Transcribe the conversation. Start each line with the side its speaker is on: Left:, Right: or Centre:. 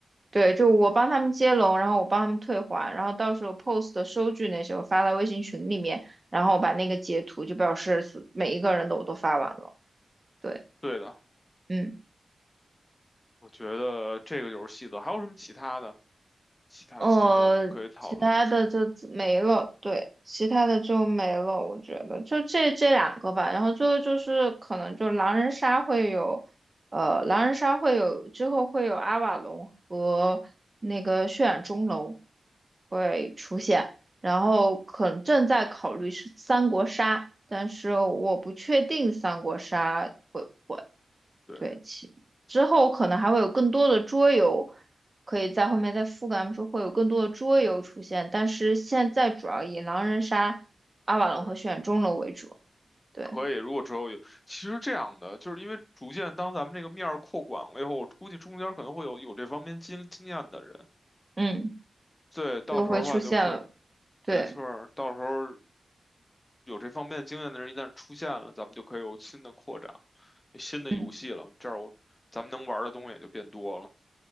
Right: 对，就我帮他们接龙，然后我帮他们退还，然后到时候 post 的收据那些我发到微信群里面，然后把那个截图就表示每一个人的我都发完了，对，
Left: 对的，
Right: 嗯。
Left: 我觉得这个就是细则，还有什么其他的？其他的系统可以讨论一下。
Right: 呃，其他的就自没了，对，其他的就没了，我觉得就这这两个吧。然后最后就是可能就狼人杀会有，呃，狼人杀会有之后会有阿瓦隆和那个血染钟楼会出现，然后可能正在考虑是三国杀，但是我不确定三国杀。会。
Left: 对，
Right: 对，其之后可能还会有更多的桌游，可以在后面再覆盖。他们说会有更多的桌游出现，
Left: 是，
Right: 但是现在主要以狼人杀、阿瓦隆和血染钟楼为主。
Left: 对，
Right: 对，
Left: 可以。如果之后有，其实这样的，就是因为逐渐当咱们这个面儿扩广了以后，我估计中间可能会有有这方面经经验的人。
Right: 嗯，
Left: 对，到时候的话就可以，
Right: 就会出现了。对，
Left: 没错儿，到时候有这方面经验的人一旦出现了，咱们就可以有新的扩展，新的游戏了。
Right: 嗯。
Left: 这样我咱们能玩儿的东西也就变多了。